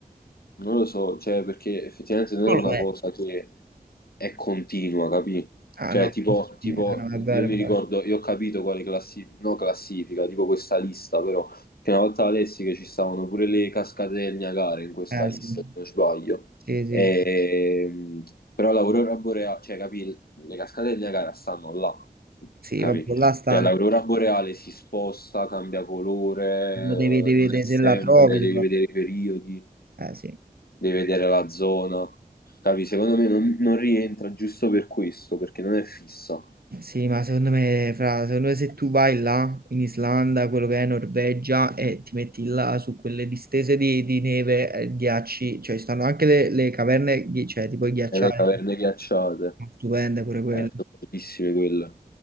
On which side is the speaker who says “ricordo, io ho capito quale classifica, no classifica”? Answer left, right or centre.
Left